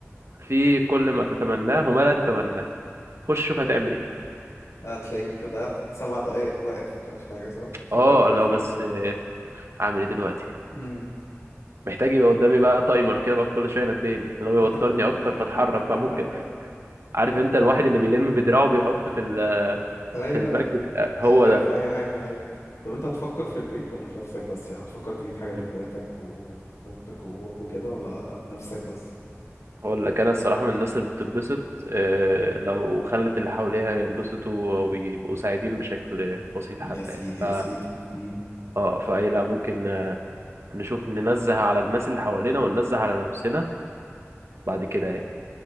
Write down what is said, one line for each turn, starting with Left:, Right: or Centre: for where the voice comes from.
Right: في كل ما تتمناه وما لا تتمناه خش شوف هتعمل ايه
Left: هتلاقيك ضيعت سبع دقايق واقف مش حاجة صح؟ تفكر
Right: اه
Left: أروح
Right: لو
Left: فين
Right: بس اعمل ايه دلوقتي
Left: أجي
Right: محتاج يبقى قدامي بقى تايمر كده بقى كل شويه ينبهني اللي هو
Left: <laughs>
Right: يوترني اكتر فاتحرك بقى ممكن عارف انت الواحد اللي بيلم بدراعه بيحط في ال
Left: ايوه
Right: في الباك وك- آه، هو
Left: اغرف اي حاجه ايوه طب انت هتفكر في البيت ولا في نفسك بس يعني هتفكر تجيب حاجه
Right: ده
Left: لاخواتك ومامتك وباباك وكده ولا نفسك بس
Right: هقول لك انا الصراحه من الناس اللي بتتبسط آه، لو خلت اللي حواليها ينبسطوا او يبقوا سعيدين بشكل بسيط
Left: يا
Right: حتى
Left: سيدي
Right: يعني ف
Left: يا سيدي مم.
Right: اه فاي لا ممكن آه، نشوف ننزه على الناس اللي حوالينا وننزه على نفسنا بعد كده يعني